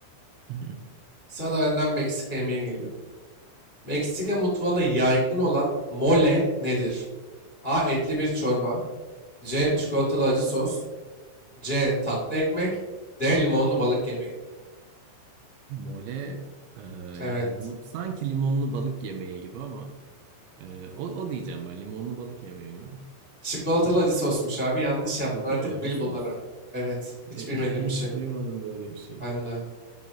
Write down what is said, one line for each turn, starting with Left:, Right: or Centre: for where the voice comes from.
Right: Hı hı.
Left: Sana da benden Meksika yemeği geliyor. Meksika mutfağına yaygın olan mole nedir? A. Etli bir çorba. C.
Right: Mole.
Left: Çikolatalı acı sos. C. Tatlı ekmek. D. Limonlu balık yemeği.
Right: Mole e,
Left: Evet.
Right: limonlu. Sanki limonlu balık yemeği gibi ama e, o, o diyeceğim ben. Limonlu balık yemeği mi?
Left: Çikolatalı acı sosmuş abi. Yanlış
Right: Çikolatalı
Left: yaptın. Artık
Right: acı
Left: bil
Right: sos.
Left: bunları. Evet. Hiç
Right: E,
Left: bilmediğim
Right: <laughs> Hiç
Left: bir şey.
Right: duymadım böyle bir şey.
Left: Ben de.